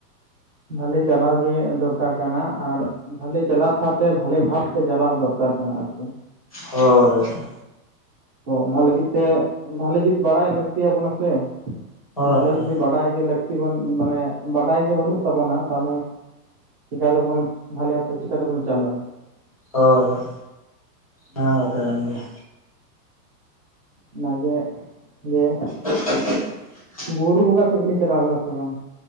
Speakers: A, on the right; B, on the left.
A: ᱵᱷᱟᱹᱞᱮ ᱪᱟᱞᱟᱣ ᱜᱮ ᱫᱚᱨᱠᱟᱨ ᱠᱟᱱᱟ ᱟᱨ ᱵᱷᱟᱞᱮ ᱪᱟᱞᱟᱜ ᱥᱟᱶᱛᱮ, ᱵᱷᱟᱞᱮ ᱵᱷᱟᱵᱽᱛᱮ ᱪᱟᱞᱟᱣ ᱫᱚᱨᱠᱟᱨ ᱠᱟᱱᱟ ᱟᱨᱠᱤ
B: ᱦᱳᱭ ᱦᱚᱭ ᱦᱚᱭ
A: ᱛᱚ ᱚᱱᱟ ᱞᱟᱹᱜᱤᱫ ᱛᱮ, ᱵᱷᱟᱹᱞᱤ ᱡᱩᱛ ᱵᱟᱲᱟᱭ ᱞᱟᱹᱠᱛᱤᱤᱭᱟᱵᱚᱱᱟ ᱥᱮ
B: ᱦᱳᱭ
A: ᱵᱷᱟᱞᱮ
B: ᱦᱳᱭ
A: ᱡᱩᱫᱤ ᱵᱟᱰᱟᱭ ᱜᱮ ᱞᱟᱹᱠᱛᱤ ᱢᱟᱱᱮ, ᱵᱟᱰᱟᱭ ᱜᱮ ᱵᱟᱹᱱᱩᱜ ᱛᱟᱵᱚᱱᱟ ᱛᱟᱦᱞᱮ ᱪᱮᱠᱟᱛᱮᱵᱚᱱ, ᱵᱷᱟᱞᱮ ᱵᱷᱟᱯᱛᱮ ᱪᱮᱠᱟᱛᱮᱵᱚᱱ ᱪᱟᱞᱟᱣᱟ
B: ᱦᱳᱭ ᱦᱳᱭ ᱱᱚᱣᱟ ᱠᱟᱛᱷᱟ ᱠᱟᱱ ᱜᱮᱭᱟ
A: ᱚᱱᱟ ᱜᱮ <unintelligible>
B: <inaudible>
A: ᱵᱩᱨᱩ ᱵᱚᱸᱜᱟ ᱥᱮᱫ ᱵᱤᱱ ᱪᱟᱞᱟᱣ ᱞᱮᱱᱟ ᱥᱮ ᱵᱟᱝ?